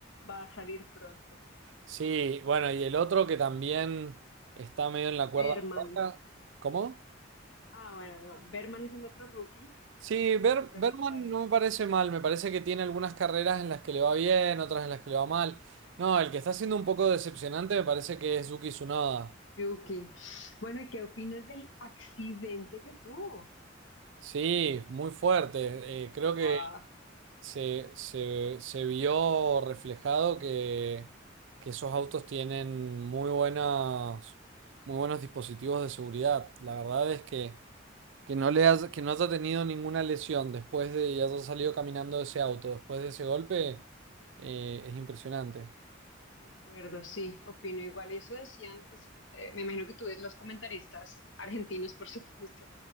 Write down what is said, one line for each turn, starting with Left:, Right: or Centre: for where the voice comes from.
Left: va a salir pronto.
Right: Sí, bueno, y el otro que también está medio en la cuerda
Left: Berman.
Right: floja. ¿Cómo?
Left: Ah, bueno, no, Berman es el otro rookie,
Right: Sí, Ber-
Left: pero
Right: Bergman
Left: ¿cuál?
Right: no me parece mal, me parece que tiene algunas carreras en las que le va bien, otras en las que le va mal. No, el que está siendo un poco decepcionante me parece que es Yuki Tsunoda.
Left: Yuki. Bueno, ¿y qué opinas del accidente que tuvo?
Right: Sí, muy fuerte. Eh, creo que
Left: Guau.
Right: se, se- se vio reflejado que, que esos autos tienen muy buenas, muy buenos dispositivos de seguridad. La verdad es que Que no le has, que no haya tenido ninguna lesión después de y haya salido caminando de ese auto, después de ese golpe, eh, es impresionante.
Left: De acuerdo, sí, opino igual. Y Eso decían, pues eh, me imagino que tú ves los comentaristas argentinos, por supuesto.